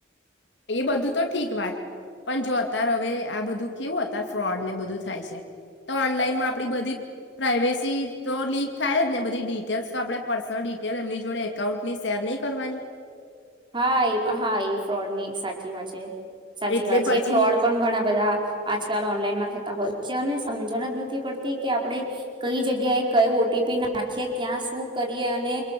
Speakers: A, on the left; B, on the right.
A: એ બધું તો ઠીક વાત પણ જો અતાર હવે આ બધું કેવું અતાર ફ્રોડ ને બધું થાય છે તો ઓનલાઈનમાં આપણી બધી પ્રાઈવેસી તો લીક થાય જ ને બધી ડિટેલ્સ તો આપણે પર્સનલ ડિટેલ એમની જોડે એકાઉન્ટ ની શેર નહીં કરવાની
B: હા એ પણ હા એ ફ્રોડની એક સાચી વાત છે સાચી
A: એટલે
B: વાત છે
A: પછી
B: ફ્રોડ પણ ઘણા બધા આજકાલ ઓનલાઈનમાં થતા હોય છે અને સમજણ જ નથી પડતી કે આપડણે કઈ જગ્યાએ કઈ ઓટીપી નાખીએ ક્યાં શું કરીએ અને